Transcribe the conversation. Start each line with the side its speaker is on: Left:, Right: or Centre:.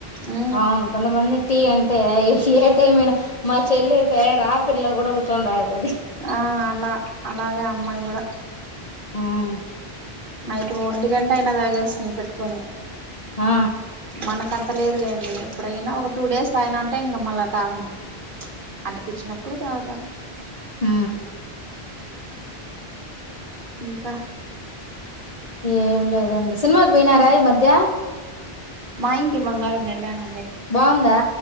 Right: ఆ
Left: అవును కొంతమంది టీ అంటే ఏ టైమయినా మా చెల్ అయితే రాత్రిలో కూడా కూచోన్ తాగుతది
Right: ఆ అలా అలాగే అమ్మాయి కూడా
Left: ఉమ్
Right: నైట్ ఒంటి గంట అయినా తాగేస్తుంది పెట్టుకొని
Left: ఆ
Right: మనకంత లేదులేండి ఎప్పుడైనా ఒక టూ డేస్ తాగినంటే ఇంక మళ్ళా తాగను అనిపించినప్పుడు తాగుతా
Left: మ్
Right: <inaudible>
Left: ఏం లేదండి సినిమాకి పోయినారా ఈ మధ్య
Right: మా ఇంటి బంగారం ఎళ్లానండి
Left: బావుందా